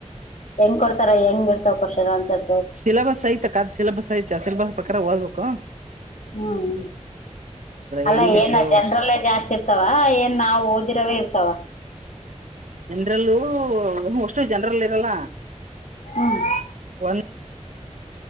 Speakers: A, on the left; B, on the right.
A: ಹೆಂಗ್ ಕೊಡ್ತಾರ ಹೆಂಗ ಇರ್ತ ಕರ್ಷನ್ಸರ್
B: ಸಿಲೆಬಸ್ ಐತೆ ಕಾದ್ ಸಿಲೆಬಸ್ ಐತೆ ಸಿಲೆಬಸ್ ಪ್ರಕಾರ ಓದ್ಬೇಕು
A: ಹ್ಮ್
B: ಆದ್ರೆ
A: ಅಲ್ಲ
B: ಇಂಗ್ಲಿಷು
A: ಏನ ಜನ್ರಲ್ಲೇ ಜಾಸ್ತಿ ಇರ್ತವ ಏನ್ ನಾವು ಓದಿರವೇ ಇರ್ತವ
B: ಜನರಲ್ಲೂ ಅಷ್ಟು ಜನರಲ್ ಇರಲ್ಲ
A: ಹ್ಮ್
B: ಒಂದ್